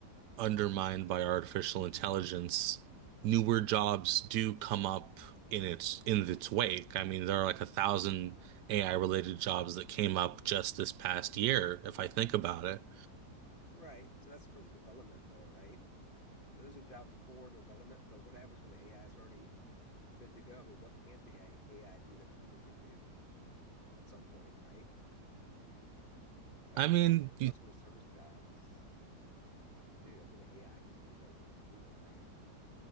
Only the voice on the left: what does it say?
Right. So that's for the development, though, right? So those are jobs for development. But what happens when the AI is already good to go? I mean, what can't the AI do that a human can do at some point, right? Like,
look
at all the customer service jobs, too. I mean, AI can do that better than a human, right?